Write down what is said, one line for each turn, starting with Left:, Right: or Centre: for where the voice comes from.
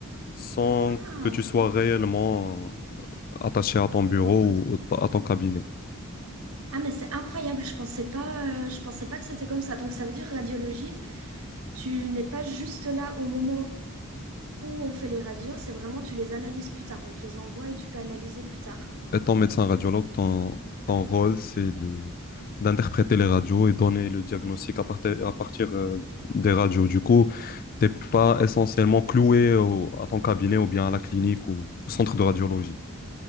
Left: sans
Right: Ah,
Left: que tu sois réellement attaché à ton bureau
Right: en pres-
Left: ou à ton cabinet.
Right: Ah, mais c'est incroyable. Je pensais pas, euh, je pensais pas que c'était comme ça. Donc ça veut dire radiologie. Tu n'es pas juste là au moment où on fait les radios. C'est vraiment tu les analyses plus tard. On te les envoie et tu peux analyser plus tard.
Left: étant médecin radiologue, ton, ton rôle, c'est de d'interpréter les radios et donner le diagnostic à partir, à partir euh, des radios. Du coup, t'es pas essentiellement cloué au- à ton cabinet ou bien à la clinique ou au centre de radiologie.